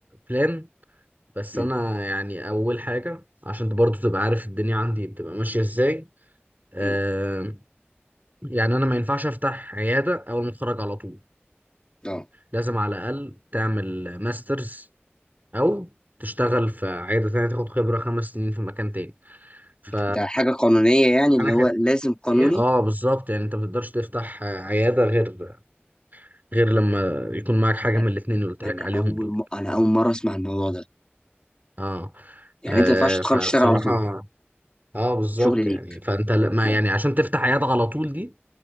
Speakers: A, on the right; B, on the left.
A: بلان بس
B: امم
A: انا يعني اول حاجة عشان برضو تبقى عارف الدنيا عندي بتبقى ماشية ازاي آه
B: امم
A: يعني انا ما ينفعش افتح عيادة اول ما اتخرج على طول
B: ده
A: لازم على الاقل تعمل ماسترز او تشتغل في عيادة تانية تاخد خبرة خمس سنين في مكان تاني ف
B: ده حاجة قانونية يعني اللي
A: انا
B: هو لازم قانوني
A: ايه اه بالظبط يعني انت ما تقدرش تفتح آه، عياده غير غير لما يكون معاك حاجه
B: انا
A: من الاثنين اللي قلت
B: أنا
A: لك عليهم
B: اول
A: دول
B: م... انا اول مرة اسمع الموضوع ده
A: اه
B: يعني
A: آه،
B: انت ما ينفعش تتخرج
A: فبصراحه
B: تشتغل على طول
A: اه بالظبط
B: شغل ليك
A: يعني فانت ل- ما
B: لا.
A: يعني عشان تفتح عياده على طول دي